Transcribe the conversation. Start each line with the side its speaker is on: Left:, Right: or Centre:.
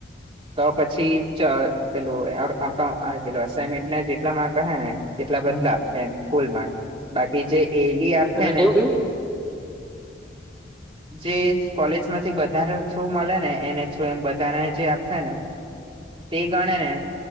Right: તો પછી પેલું અનમેન્ટ જેટલા મા ક ને. એટલા બધા
Centre: હમ
Right: આપશે એમ ફૂલ માર્ક બાકી જે એલી આપ
Centre: એટલે
Right: હે
Centre: કેવું
Right: ને
Centre: કેવું
Right: જે કોલેજ માંથી બધાને થ્રુ મળે ને એને થ્રુ એમ બધાને જે આપ થાય નેમ. તે ગણે ને